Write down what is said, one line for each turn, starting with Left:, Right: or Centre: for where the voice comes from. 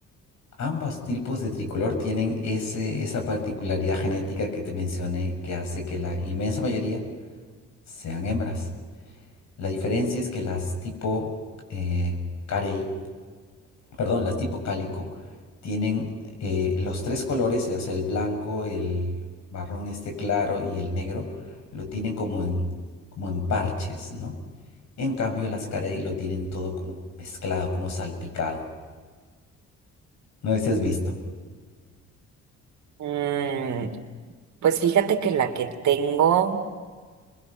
Left: Ambos tipos de tricolor tienen ese, esa particularidad genética que te mencioné que hace que la inmensa mayoría sean hembras. La diferencia es que las tipo eh, carey perdón, las tipo cálico, tienen eh, los tres colores, o sea, el blanco, el marrón este claro y el negro, lo tienen como en, como en parches, ¿no? En cambio, las carey lo tienen todo como mezclado, como salpicado. No sé si has visto.
Right: Mm, pues fíjate que la que tengo,